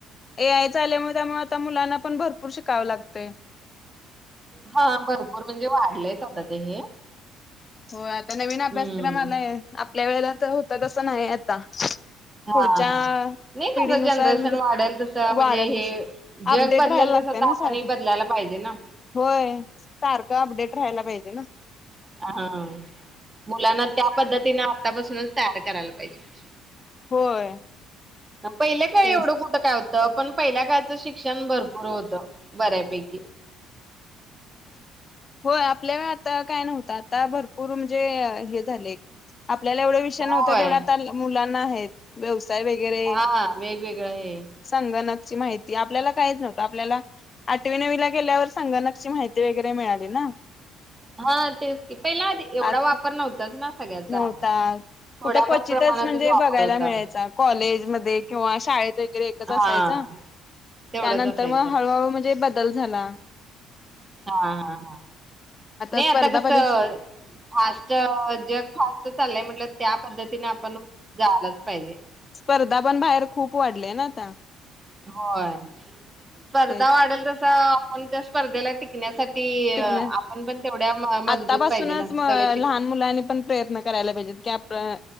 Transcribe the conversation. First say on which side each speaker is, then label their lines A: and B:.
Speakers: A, on the left; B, on the right.
A: ए आय आल्यामुळ त्यामुळ आता मुलांना पण भरपूर शिकावं लागतय.
B: हा भरपूर म्हणजे वाढलंयच आता ते हे
A: हो आता नवीन
B: हम्म.
A: अभ्यासक्रम आलाय आपल्या वेळेला तर होत तसं नाही आता.
B: हा
A: पुढच्या
B: हा, नाही
A: पिढीनुसार
B: कसं जनरेशन
A: म्हणजे
B: वाढेल, तसं
A: वाढल
B: म्हणजे हे
A: तस
B: जग
A: अपडेट
B: बदलेल
A: राहायला लागतय
B: तस त
A: ना
B: आपणही
A: सारखं
B: बदलायला पाहिजे ना,
A: होय. सारखं अपडेट राहायला पाहिजे ना,
B: हा हा हा, मुलांना त्या पद्धतीने आतापासूनच तयार करायला पाहिजे.
A: होय.
B: पहिल्या काळी
A: तेच
B: एवढं कुठं काय होतं? पण पहिल्या काळचं शिक्षण भरपूर होतं बऱ्यापैकी.
A: हो आपल्या वेळ आता काय नव्हतं. आता भरपूर म्हणजे हे झाले. आपल्याला एवढा विषय
B: होय.
A: नव्हता, तेवढ्या आता मुलांना आहेत. व्यवसाय वगैरे
B: हा वेगवेगळं हे.
A: संगणकची माहिती आपल्याला काहीच नव्हतं. आपल्याला आठवी नवीला गेल्यावर संगणकची माहिती वगैरे मिळाली ना,
B: हा तेच की, पहिला आधी एवढा
A: आत
B: वापर नव्हताच ना, सगळ्याचा
A: नव्हता
B: थोड्याफार
A: कुठं क्वचितच
B: प्रमाणातच
A: म्हणजे
B: वापर
A: बघायला
B: होता.
A: मिळायचा. कॉलेजमध्ये किंवा शाळेत रे एकच
B: हा
A: असायचा.
B: तेवढंच
A: त्यानंतर
B: असायचं.
A: मग हळूहळू म्हणजे बदल झाला.
B: हा हा हा, नाही
A: स्पर्धा
B: आता कसं?
A: परीक्षा
B: फास्ट जग फास्ट चाललंय, म्हटलं त्या पद्धतीने आपण जालाच पाहिजे.
A: स्पर्धा पण बाहेर खूप वाढल्या ना, आता.
B: होय. स्पर्धा
A: ते
B: वाढेल तसं पण त्या स्पर्धेला टिकण्यासाठी
A: टिकण्या
B: आपण पण तेवढ्या मजबूत
A: आतापासूनच
B: पाहिजे ना,
A: म
B: सगळं
A: लहान मुलानी पण प्रयत्न करायला पाहिजे. काप्रं